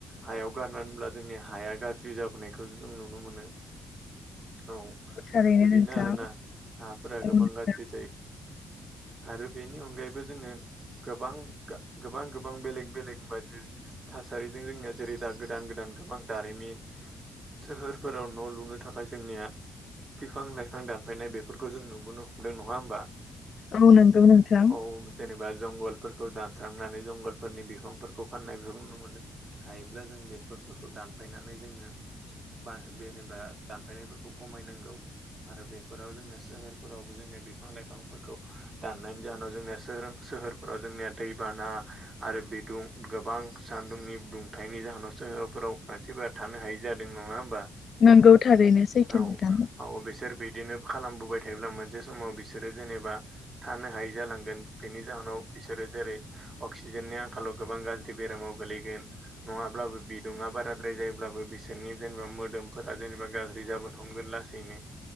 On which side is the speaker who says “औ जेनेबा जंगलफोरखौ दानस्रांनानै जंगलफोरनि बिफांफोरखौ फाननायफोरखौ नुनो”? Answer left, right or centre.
Right